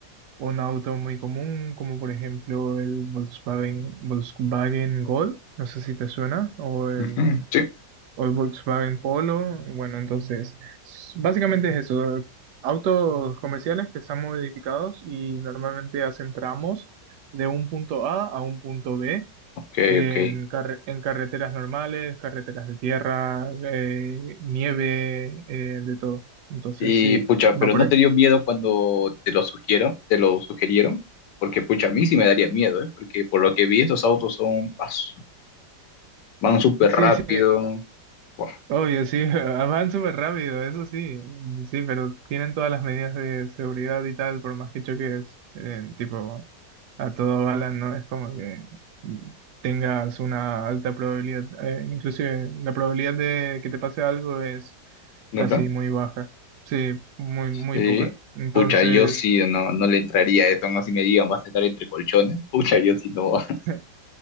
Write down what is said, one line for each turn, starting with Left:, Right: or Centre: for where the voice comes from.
Right: un auto muy común, como por ejemplo el Volkswagen, Volkswagen Gol, no sé si te suena, o el,
Left: Ujú, Sí,
Right: o el Volkswagen Polo. Bueno, entonces, s- básicamente es eso, autos comerciales que están modificados y normalmente hacen tramos de un punto A a un punto B
Left: ok,
Right: en,
Left: ok.
Right: carre- en carreteras normales, carreteras de tierra, eh, nieve, eh, de todo. Entonces,
Left: Y
Right: sí,
Left: pucha, pero
Right: va por
Left: ¿no
Right: ahí.
Left: te dio miedo cuando te lo sugieron, te lo sugerieron? Porque pucha, a mí sí me daría miedo, ¿eh? Porque por lo que vi, estos autos son, ah, su- van súper
Right: Sí,
Left: rápido.
Right: sí,
Left: Buah,
Right: obvio, sí, <laughs> van súper rápido, eso sí, sí, pero tienen todas las medidas de seguridad y tal, por más que choques, eh, tipo, a todo bala, no es como que tengas una alta probabilidad, eh, inclusive la probabilidad de que te pase algo es
Left: ¿no,
Right: casi
Left: no?
Right: muy baja, sí, muy, muy
Left: Sí.
Right: poca. Entonces,
Left: Pucha, yo sí no, no le entraría a eso, no si me digan, vas a estar entre colchones. <laughs> Pucha, yo sí no. <laughs>
Right: <laughs>